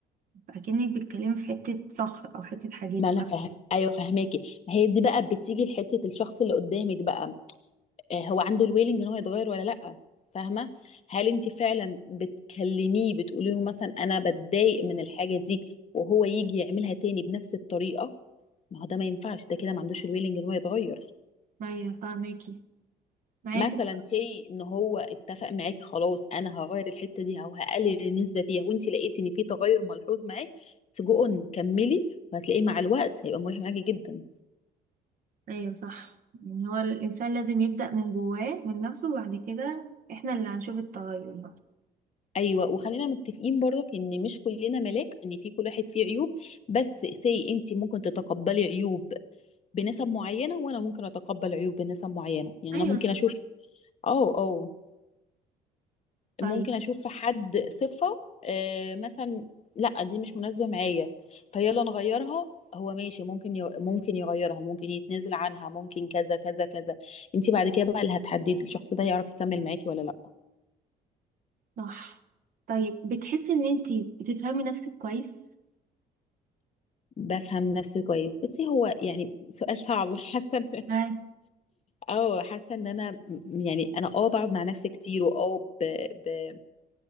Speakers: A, on the right; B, on the left.
A: فاكنك بتتكلمي في حته صخر او حته حديده
B: ما انا
A: ف...
B: فاهم ايوه فاهماكي ما هي دي بقى بتيجي لحته الشخص اللي قدامك بقى آه، هو عنده الويلنج ان هو يتغير ولا لا فاهمه هل انت فعلا بتكلميه بتقولي له مثلا انا بتضايق من الحاجه دي وهو يجي يعملها تاني بنفس الطريقه ما هو ده ما ينفعش ده كده ما عندوش الويلنج ان هو يتغير
A: ايوه فاهماكي معاكي
B: مثلا سي ان هو اتفق معاكي خلاص انا هغير الحته دي او هقلل النسبه فيها وانت لقيتي ان في تغير ملحوظ معاك تجو اون كملي وهتلاقيه مع الوقت هيبقى مريح معاكي جدا
A: ايوه صح يعني هو الانسان لازم يبدا من جواه من نفسه وبعد كده احنا اللي هنشوف التغير بقى
B: ايوه وخلينا متفقين برضك ان مش كلنا ملاك ان في كل واحد فيه عيوب بس سي انت ممكن تتقبلي عيوب بنسب معينه وانا ممكن اتقبل عيوب بنسب معينه يعني
A: ايوه
B: انا ممكن
A: صح
B: اشوف اه اه
A: طيب
B: ممكن اشوف في حد صفه آه مثلا لا دي مش مناسبه معايا فيلا نغيرها هو ماشي ممكن يغ... ممكن يغيرها ممكن يتنازل عنها ممكن كذا كذا كذا انت بعد كده بقى اللي هتحددي الشخص ده يعرف يكمل معاكي ولا لا
A: صح طيب بتحسي ان انتي بتفهمي نفسك كويس
B: بفهم نفسي كويس بصي هو يعني سؤال صعب <laughs> حاسه
A: هاي
B: اه حاسه ان انا م- يعني انا اه بقعد مع نفسي كتير واه ب... ب...